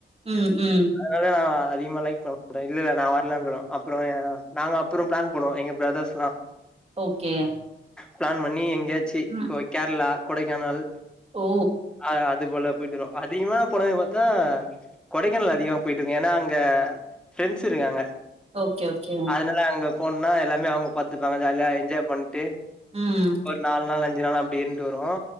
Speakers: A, on the right; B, in the centre.
A: ம் ம்
B: அதனால நா அதிகமா லைக் பண்ண மாடே இல்லல்ல நா வர்லன்றுவ அப்புற ஏ நாங்க அப்புற பிளான் போடுவோ எங்க பிரதர்ஸ்ல்லா
A: ஓகே
B: ப்ளான் பண்ணி எங்கயாச்சு
A: ம்
B: இப்போ கேர்ளா கொடைக்கானல்
A: ஓ
B: அ அது போல போய்ட்டு வருவோ அதிகமா போனது பாத்தா கொடைக்கானல் அதிகமா போயிட்ருக்க ஏன்னா அங்க ஃப்ரெண்ட்ஸ்ருக்காங்க
A: ஓகே ஓகே
B: என்னனா அங்க போன்னா எல்லாமே அவுங்க பாத்துப்பாங்க ஜாலியா என்ஜாய் பண்ட்டு
A: ம்
B: நால் நாள் அஞ்சு நாள் அப்டின்ட்டு இருண்டு வருவோ